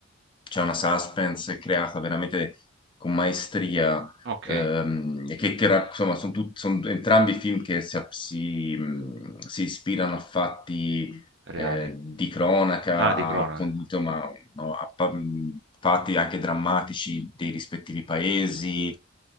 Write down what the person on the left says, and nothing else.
c'è una suspense creata veramente con maestria,
ehm, e che, che ra- insomma, sono, tut- sono entrambi film che si, si, mh, si ispirano a fatti
eh, di cronaca,
a, con- insomma, no, a pa- mh, fatti anche drammatici dei rispettivi paesi.